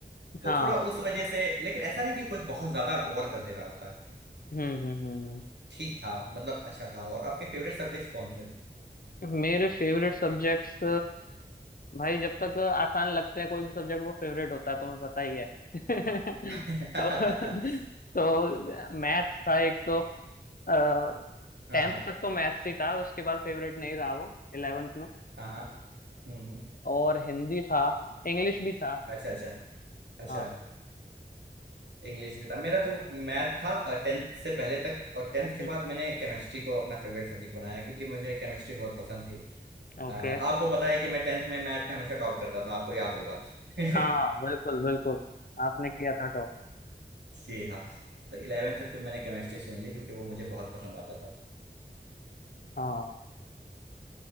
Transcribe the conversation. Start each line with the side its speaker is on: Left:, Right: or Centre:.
Right: तो
Left: हाँ
Right: थोड़ा उस वजह से लेकिन ऐसा नहीं कि कोई बहुत ज्यादा ओवर कर दे रहा होता है
Left: हम्म हम्म हम्म
Right: ठीक था मतलब अच्छा था और आपके फेवरेट सब्जेक्ट कौन थे
Left: हम्म। मेरे फेवरेट सब्जेक्ट्स भाई जब तक आसान लगते हैं कोई भी सब्जेक्ट वो फेवरेट होता है तुम्हें पता ही है <laughs>
Right: <laughs> हाँ
Left: तो तो मैथ्स था एक तो टेंथ
Right: हाँ
Left: तक तो मैथ्स ही था उसके बाद फेवरेट नहीं रहा वो इलेवेंथ में
Right: हाँ हाँ हम्म हम्म
Left: और हिंदी था इंग्लिश भी था
Right: अच्छा अच्छा अच्छा
Left: हाँ
Right: इंग्लिश भी था मेरा तो मैथ था टेंथ से पहले तक और टेंथ के
Left: हम्म,
Right: बाद मैंने केमिस्ट्री को अपना फेवरेट सब्जेक्ट बनाया क्योंकि मुझे केमिस्ट्री बहुत पसंद थी
Left: ओके
Right: अ, आपको पता है कि मैं टेंथ में मैथ में हमेशा टॉप करता था आपको याद होगा <laughs>
Left: हाँ बिल्कुल बिल्कुल आपने किया था टॉप
Right: जी हाँ तो इलेवेंथ में फिर मैंने केमिस्ट्री चुन ली क्योंकि वो मुझे बहुत पसंद आता था
Left: हाँ